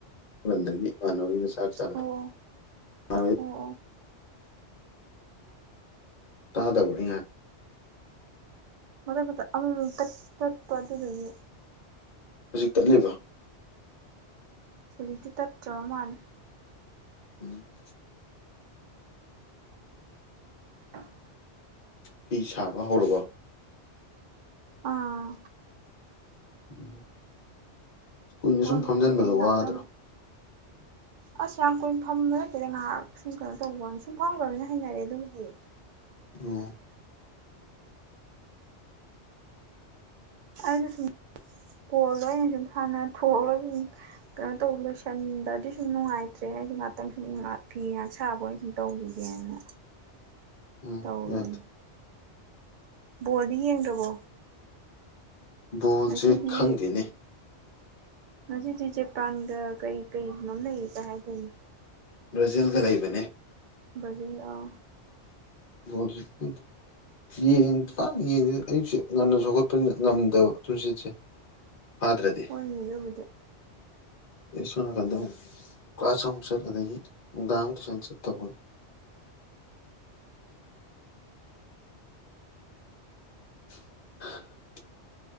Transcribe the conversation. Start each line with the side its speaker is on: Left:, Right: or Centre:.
Left: ꯕꯟꯗꯒꯤ ꯏꯃꯥꯟꯅꯕꯩꯗ ꯆꯥꯛ ꯆꯥꯔꯛꯑꯦ
Right: ꯑꯣ
Left: <unintelligible>
Right: ꯑꯣ ꯑꯣ
Left: ꯇꯥꯗꯕ꯭ꯔꯥ ꯑꯩ ꯉꯥꯡ
Right: ꯃꯔꯛꯇꯨꯗ ꯑꯃꯨꯃꯨꯛ ꯇꯠ ꯇꯠꯄ ꯑꯗꯨꯗꯨꯒꯤ
Left: ꯍꯨꯖꯤꯛ ꯇꯠꯂꯤꯕꯣ
Right: ꯍꯨꯖꯤꯛꯇꯤ ꯇꯠꯇ꯭ꯔꯕ ꯃꯥꯜꯂꯦ
Left: ꯎꯝ
Right: <unintelligible>
Left: ꯐꯤ ꯁꯥꯕ ꯍꯧꯔꯕꯣ
Right: ꯑꯥ
Left: ꯎꯝ ꯀꯨꯏꯅ
Right: ꯍꯣꯏ
Left: ꯁꯨꯝ ꯐꯝꯖꯟꯕꯗꯣ
Right: ꯍꯣꯏ ꯍꯣꯏ ꯑꯩ ꯉꯥꯛꯇꯪ
Left: ꯋꯥꯗ꯭ꯔꯣ
Right: ꯑꯁ ꯌꯥꯝ ꯀꯨꯏꯅ ꯐꯝꯕ ꯅꯠꯇꯦꯗ ꯉꯥꯏꯍꯥꯛ ꯁꯨꯝ ꯀꯩꯅꯣ ꯇꯧꯕꯋꯥꯅꯤ ꯁꯨꯝ ꯐꯝꯈ꯭ꯔꯕꯅꯤꯅ ꯍꯩꯅꯔꯦ ꯑꯗꯨꯕꯨꯗꯤ
Left: ꯑꯣ
Right: ꯑꯩꯅ ꯁꯨꯝ ꯀꯣꯗꯣ ꯑꯩꯅ ꯁꯨꯝ ꯁꯥꯟꯅ ꯊꯣꯛꯑꯒ ꯁꯨꯝ ꯀꯩꯅꯣ ꯇꯧꯕ ꯂꯣꯏꯁꯟꯗ꯭ꯔꯗꯤ ꯁꯨꯝ ꯅꯨꯡꯉꯥꯏꯇ꯭ꯔꯦ ꯑꯩꯁꯨ ꯉꯍꯥꯛꯇꯪ ꯁꯨꯝ ꯐꯤ ꯉꯥꯏꯍꯛ ꯁꯥꯕ ꯑꯣꯏꯅ ꯁꯨꯝ ꯇꯧꯈꯤꯒꯦꯅ
Left: ꯎꯝ
Right: ꯇꯧꯔꯤ
Left: ꯍ <unintelligible>
Right: ꯕꯣꯜꯗꯤ ꯌꯦꯡꯗ꯭ꯔꯕꯣ
Left: ꯕꯣꯜꯁꯦ
Right: ꯉꯁꯤꯗꯤ
Left: ꯈꯪꯗꯦꯅꯤ
Right: ꯉꯁꯤꯗꯤ ꯖꯄꯥꯟꯒ ꯀꯩ ꯀꯩꯒꯅꯣꯝ ꯂꯩꯔꯤꯒ ꯍꯥꯏꯗꯥꯏꯅꯦ
Left: ꯕ꯭ꯔꯥꯖꯤꯜꯒ ꯂꯩꯕꯅꯦ
Right: ꯕ꯭ꯔꯥꯖꯤꯜꯑꯣ
Left: ꯎꯁꯤ ꯀ <unintelligible> ꯌꯦꯡ ꯄꯥꯛ ꯌꯦꯡꯗꯦ ꯑꯌꯨꯛꯁꯦ ꯉꯟꯅꯁꯨ ꯍꯧꯒꯠꯄꯅꯤꯅ ꯉꯝꯗꯕ ꯇꯨꯝꯁꯤꯠꯁꯦ ꯐꯥꯗ꯭ꯔꯗꯤ
Right: ꯍꯣꯏꯅꯦ ꯑꯗꯨꯕꯨꯗꯤ
Left: ꯑꯦ ꯁꯣꯝ ꯅꯀꯥꯟꯗ ꯍꯩꯉꯣ ꯀꯥꯁ ꯑꯃꯨꯛ ꯆꯠ ꯑꯗꯥꯒꯤ ꯅꯨꯡꯗꯥꯡ ꯑꯃꯨꯛ ꯇꯨꯏꯁꯟ ꯆꯠ ꯇꯧꯕꯒꯤ <inaudible>